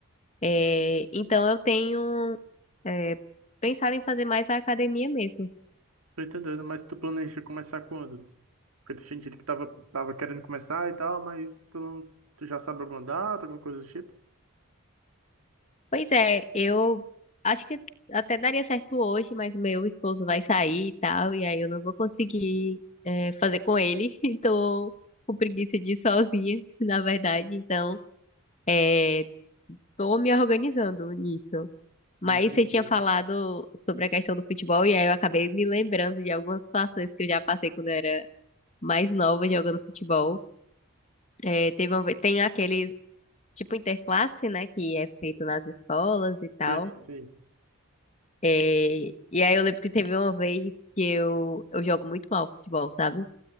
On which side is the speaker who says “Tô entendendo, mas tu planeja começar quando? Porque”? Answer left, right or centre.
Right